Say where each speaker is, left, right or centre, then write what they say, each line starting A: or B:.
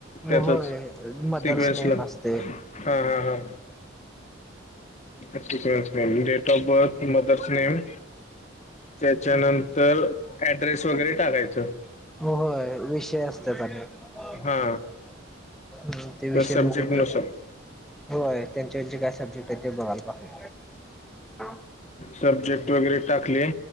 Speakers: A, on the left; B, in the centre.
A: त्यातच
B: होय मदर्स
A: सिगवेसला
B: नेम असते
A: हा, हा, हा first name, date of birth mother's name, त्याच्यानंतर ऍड्रेस वगैरे टाकायचं.
B: हो होय विषय असत्यात आणि <inaudible>
A: हा
B: हम्म ते विषय
A: तर सब्जेक्ट
B: बघूनच
A: नुसार
B: होय त्यांचे-त्यांचे काय सब्जेक्ट आहे ते बघायला पाहि <inaudible>
A: सब्जेक्ट वगैरे टाकले,